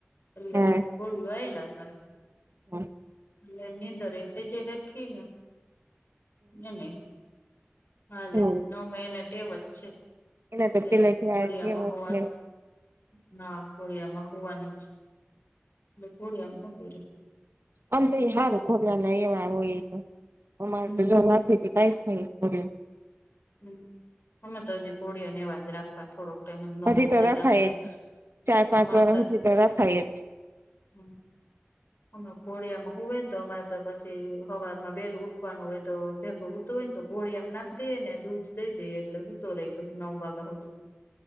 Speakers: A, on the left; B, on the right.
A: એટલે
B: હા
A: કોળિયો આયલા કર
B: હા
A: એટલે એની અંદર એ થઈ જાય હખી એ ને હાલે
B: હમ.
A: નવ મહિને ટેવ જ છે
B: એના તો
A: પેલા
B: પેલેથી
A: હોડિયામાં
B: આ કહેવત
A: હોવાનું
B: છે
A: ના હોડિયામાં હોવાની જ એ કોડી અનકતી
B: અ તો હારું ખોરવાના એવા હોય તો અરે
A: હમ
B: તો જો નથી કઈ થાય. હવે
A: હમ અમે તો હજી ઘોડિયાને એવાજ રાખવા થોડોક. તેમનો
B: ઘોડિયું હજી તો
A: જતા
B: રખાય
A: હોતી
B: જ ચાર પાંચ
A: અમાર
B: વર્ષ
A: તો
B: સુધી રખાય જ
A: હ અમે ઘોડિયામાં હો હોય ને તો અમારે તો પછી હવામાં વેલું ઉઠવાનું હોય તો ભેગું. તોય ને તો ઘોળિયામ નાખી દઈએ ને દૂધ દઈ દઈએ એટલે હું તો રહી તો નવ વાગ્યા હુધી.